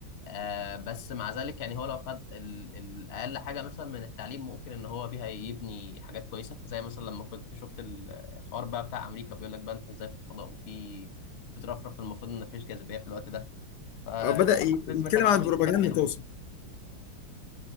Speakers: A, on the left; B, on the left.
A: آه بس مع ذلك يعني هو لو خد ال- الأقل حاجة مثلا من التعليم ممكن إن هو بيها يبني حاجات كويسة زي مثلا لما كنت شفت ال- الحوار بقى بتاع أمريكا بيقول لك بقى أنت إزاي في الفضاء وفي بترفرف المفروض إن مفيش جاذبية في الوقت ده فصراحة
B: أه، بدأ ي-
A: الفيلم
B: يتكلم
A: كان عامل
B: عن البروباجندا
A: حاجات حلوة
B: توصل